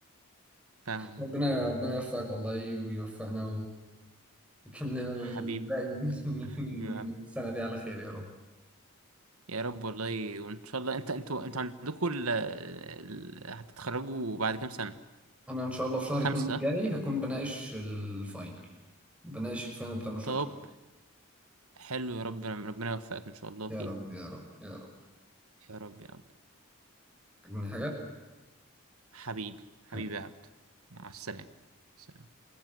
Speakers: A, on the right (about 85°); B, in the centre.
A: فاهم
B: ربنا ربنا يوفقك والله ويوفقنا ويكمل لنا الباقي
A: حبيبي
B: من
A: حبيبي
B: من من
A: يا عبد.
B: السنه دي على خير يا رب
A: يا رب والله وإن شاء الله أنت أنتوا أنتوا عندكوا ال... ال... هتتخرجوا بعد كام سنة؟
B: انا ان شاء الله في شهر
A: خمسة
B: اتنين الجاي هكون بناقش الفاينل بناقش الفاينل بتاع مشروع
A: طب
B: التخرج.
A: حلو يا رب ربنا يوفقك إن شاء الله
B: يا
A: فيه
B: رب يا رب يا رب
A: يا رب يا عبد
B: عاجبني حاجة
A: حبيبي
B: <laughs>
A: حبيبي يا عبد مع السلامة سلام.